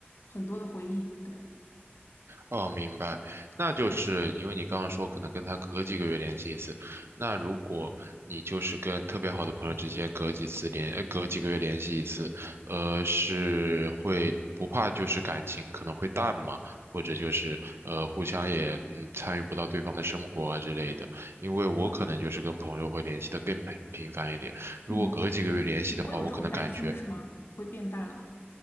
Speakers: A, on the left; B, on the right.
A: 很多的回忆。对，
B: 哦，明白，那就是因为你刚刚说可能跟他隔几个月联系一次，那如果你就是跟特别好的朋友之间隔几次联，呃，隔几个月联系一次，呃，是会不怕就是感情可能会淡嘛，或者就是呃互相也嗯参与不到对方的生活啊之类的，因为我可能就是跟朋友会联系的更频频繁一点，如果隔几个月联系的话，
A: 嗯，你你会有这种担心是吗？
B: 我可能感觉
A: 会变淡了。